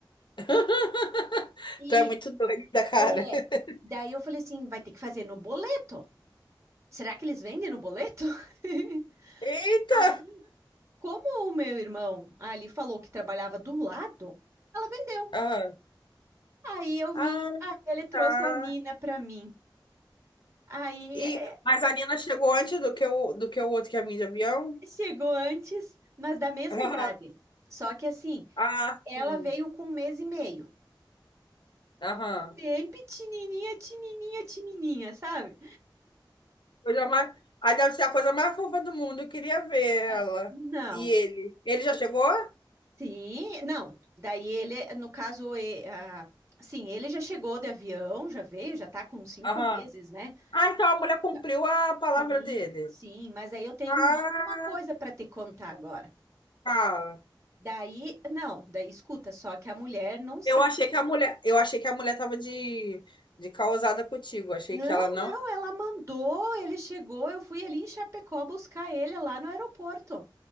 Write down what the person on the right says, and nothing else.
E
é,
daí eu falei assim, vai ter que fazer no boleto. Será que eles vendem no boleto? <laughs>
Aí, como o meu irmão ali falou que trabalhava do lado, ela vendeu.
Aí eu vim,
aí ele trouxe
a Nina pra mim. Aí
é,
chegou antes, mas da mesma
idade. Só que assim,
ela
veio com um mês e meio.
Bem pequenininha, tinininha, tinininha, sabe?
É, Não,
Sim, não, daí ele, no caso, e- ah, sim, ele já chegou de avião, já veio, já tá com cinco
meses, né?
Já-
Sim,
sim, mas aí eu tenho
mais uma coisa para te contar agora.
Daí, não, daí escuta, só que a mulher não sabe.
Não,
não, ela mandou, ele chegou, eu fui ali em Chapecó buscar ele lá no aeroporto.